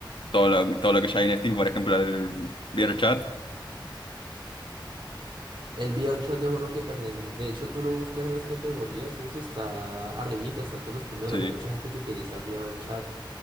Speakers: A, on the left; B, on the right.
A: todo lo, todo lo que ya hay en Steam, por ejemplo, el VRChat.
B: El V R chat es uno que también, de hecho tú lo buscas en las categorías y eso está arribita, está entre los primeros.
A: Sí.
B: Hay mucha gente que utiliza V R chat